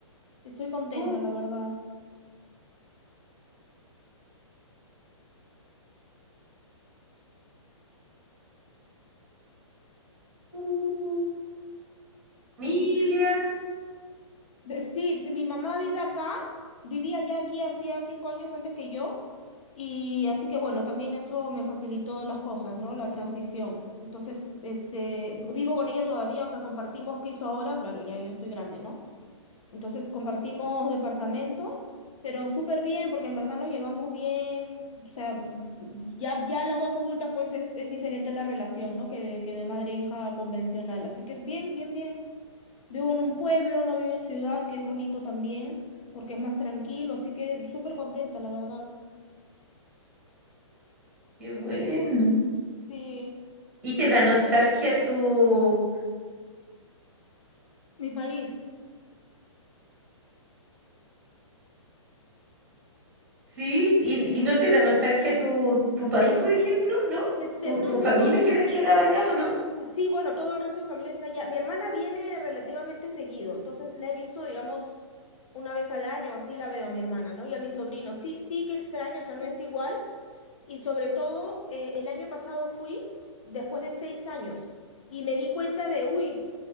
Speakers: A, on the left; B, in the centre.
A: Estoy contenta,
B: Uh,
A: la verdad.
B: uh, familia.
A: Sí. Ve- Sí, mi mamá vive acá, vivía ya aquí hacía cinco años antes que yo, y así que bueno, también eso me facilitó las cosas, ¿no? La transición. Entonces, este, vivo con ella todavía, o sea, compartimos piso ahora, claro, ya yo estoy grande, ¿no? Entonces compartimos departamento, pero súper bien, porque en verdad nos llevamos bien. O sea, mm, ya, ya las dos adultas, pues es, es diferente la relación, ¿no? Que de, que de madre e hija convencional. Así que es bien, bien, bien. Vivo en un pueblo, no vivo en ciudad, que es bonito también, porque es más tranquilo. Así que súper contenta, la verdad.
B: Qué bueno.
A: Sí.
B: ¿Y te
A: ¿Y tú?
B: da nostalgia tu
A: Mi país.
B: Sí, ¿Y, y no te da nostalgia tu, tu país, por ejemplo? ¿No?
A: Este,
B: ¿Tu,
A: no,
B: tu
A: mu-
B: familia
A: no mucho.
B: queda- quedaba allá o no?
A: Sí, bueno, todo el resto de mi familia está allá. Mi hermana viene relativamente seguido, entonces la he visto, digamos, una vez al año, así la veo a mi hermana, ¿no? Y a mi sobrino. Sí, sí que extraño, o sea, no es igual. Y sobre todo, eh, el año pasado fui después de seis años y me di cuenta de, uy,